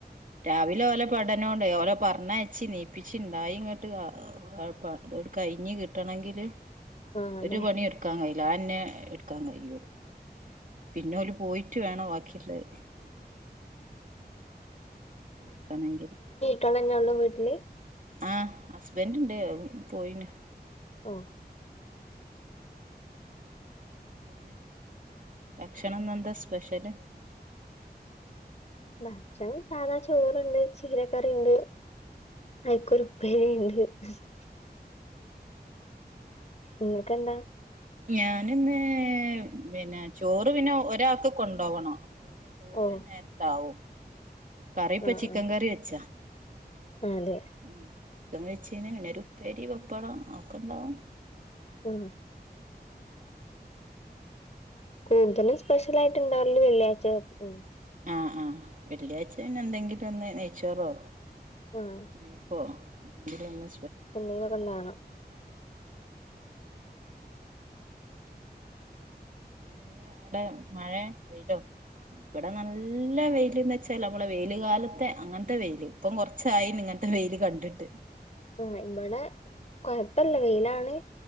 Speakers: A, on the right; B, on the left.
A: രാവിലെ ഓല പഠനോണ്ട് ഓല പർണയിച്ചി നീപ്പിച്ചിുണ്ടായി ഇങ്ങോട്ട് ആ <unintelligible> ഇട് കയിഞ്ഞ് കിട്ടണെങ്കില്
B: ആഹ് അതെ
A: ഒരു പണി എടുക്കാൻ കഴി എല്ലന്നെ എടുക്കാൻ കഴിയുള്ളൂ പിന്നൊല്ല് പോയിട്ട് വേണം ബാക്കി <unintelligible> തീർക്കണങ്കിൽ <unintelligible>
B: ഇങ്ങളെന്നൊള്ളു വീട്ട്ല്ല്
A: ആ ഹസ്ബൻറ് ണ്ട് പോയിന്
B: <unintelligible>
A: പിന്നെ ഭക്ഷണം ഇന്നൻന്താ എന്താ സ്പെഷ്യല്
B: ഭക്ഷണം സാധാ ചോറുണ്ട് ചീരക്കറിയുണ്ട് അയിക്കൊരു പണ്ട് <unintelligible> നിങ്ങക്കന്താ
A: ഞാനന്ന് പിന്നെ ചോറ് പിന്നെ ഒരാക്ക് കൊണ്ടോവണം പിന്നെ ചോറു
B: ഓഹ്
A: വേ നേരത്താവും കറിയിപ്പ
B: ആഹ്
A: ചിക്കൻക്കറി
B: ആഹ്
A: വെച്ച
B: അതെ
A: ഉം ചിക്കൻവെച്ചിന് പിന്നെരു ഉപ്പേരി പപ്പടം ഒക്കെ ഇണ്ടാവും
B: ഉ <unintelligible> കൂന്തലും സ്പെഷ്യൽയിട്ട് ഉണ്ടാവല്ല് വെള്ളിയാഴ്ച ഉ
A: അ ആ വെള്ളിയാഴ്ചന്നെ എന്തെങ്കിലും ഒന്ന് നെയ്ച്ചോറോ
B: ആഹ്
A: ബീഫോ എന്തെങ്കില്ലോന്ന്
B: എന്തെങ്കിലുക്കെണ്ടവണം
A: പിന്നെന് അടെ മഴ വെയില്ലോ ഇവിടെ നല്ല വെയില്ന്ന് വെച്ചാൽ നമ്മള വെയില കാലത്തെ അങ്ങനത്തെ വെയിയില് ഇപ്പം കൊറച്ചായി നിങ്ങ അങ്ങനത്തെ വെയ്ൽ കണ്ടിട്ട്
B: ആ ഇവിടെ കൊഴപ്പല്ല വെയിലാണ്